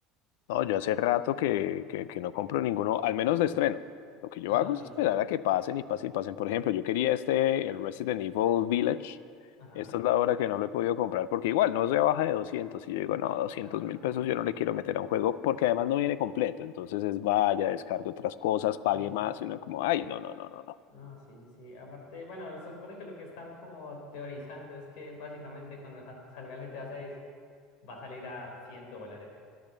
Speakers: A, on the left; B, on the left.
A: No, yo hace rato que, que, que no compro ninguno, al menos de estreno. Lo que yo
B: Ah,
A: hago
B: ok,
A: es esperar
B: sí.
A: a que pasen y pasen y pasen. Por ejemplo, yo quería este, el Resident Evil Village.
B: Ajá.
A: Esta es la hora que no lo he podido comprar porque igual no se baja de 200. Y yo digo, no, doscientos
B: Ah,
A: mil pesos
B: sí.
A: yo no le quiero meter a un juego porque además no viene completo. Entonces es vaya, descargue otras cosas, pague
B: Epa.
A: más. Y uno como, ay, no, no, no, no, no.
B: No, sí, sí, sí. Aparte, bueno, se supone que lo que están como teorizando es que básicamente cuando ja- salga el GTA 6 va a salir a 100 dólares.